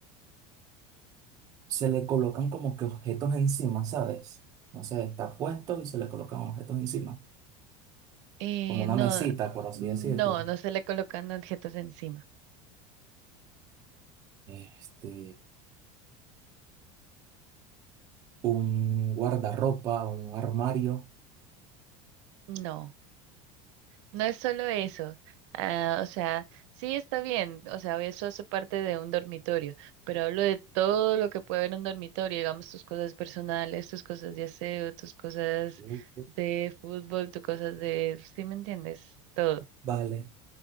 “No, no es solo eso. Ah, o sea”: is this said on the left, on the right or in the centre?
Right